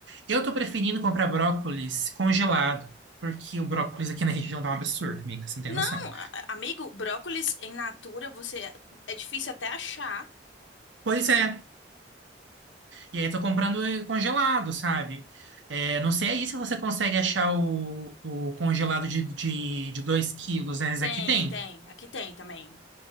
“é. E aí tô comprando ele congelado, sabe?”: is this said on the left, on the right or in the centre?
Right